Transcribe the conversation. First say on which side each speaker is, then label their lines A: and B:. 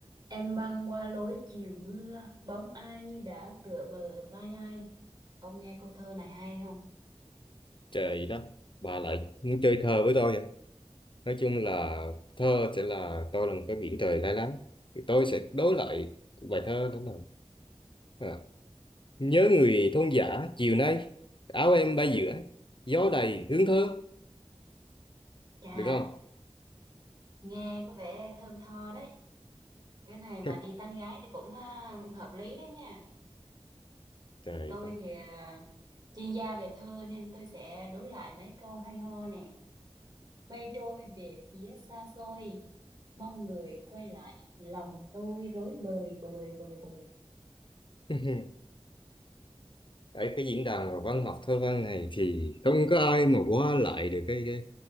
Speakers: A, on the right (about 40°); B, on the left (about 50°).
A: Em băng qua lối chiều mưa, bóng ai như đã tựa bờ vai ai. Ông nghe câu thơ này hay không?
B: Trời đất, bà lại muốn chơi thơ với tôi à? Nói chung là thơ sẽ là tôi là một cái biển trời lai láng. Thì tôi sẽ đối lại bài thơ đó là à. Nhớ người thôn giả chiều nay, áo em bay giữa, gió đầy hướng thơ,
A: Chà,
B: được không?
A: nghe có vẻ thơm tho đấy. Cái này mà
B: <laughs>
A: đi tán gái thì cũng à, hợp lý đấy nha.
B: Trời
A: Tôi
B: đất.
A: thì à, chuyên gia về thơ nên tôi sẽ đối lại mấy câu hay ho nè. Mây trôi về phía xa xôi, mong người quay lại, lòng tôi rối bời bời bời bời bời.
B: <laughs> Ở cái diễn đàn văn học thơ văn này thì không có ai mà qua lại được cái, cái